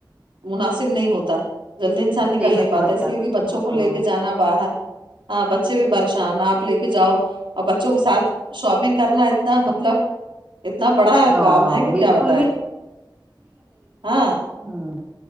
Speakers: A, on the right; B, on the right.
A: مناسب نہیں ہوتا جلدی انسان
B: صحیح
A: نکل
B: فرمایا
A: نہیں پاتا اس لیے کہ بچوں
B: ہاں
A: کو لے کے جانا باہر ہاں بچے بھی پریشان آپ لے کے جاؤ اور بچوں کے ساتھ شاپنگ کرنا اتنا مطلب اتنا بڑا
B: ہاں
A: کام ہے کہ کیا
B: بالکل
A: بتائے
B: بھی
A: ہاں
B: ہاں